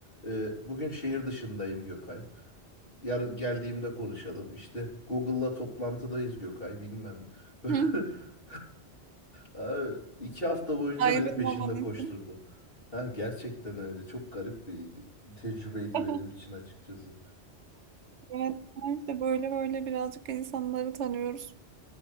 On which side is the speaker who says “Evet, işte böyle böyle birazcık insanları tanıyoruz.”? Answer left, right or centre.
Right